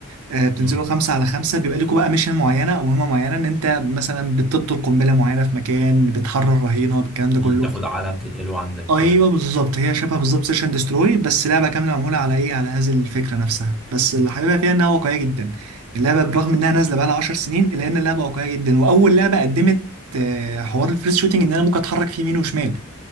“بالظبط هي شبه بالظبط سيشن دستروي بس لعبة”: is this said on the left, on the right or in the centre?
Right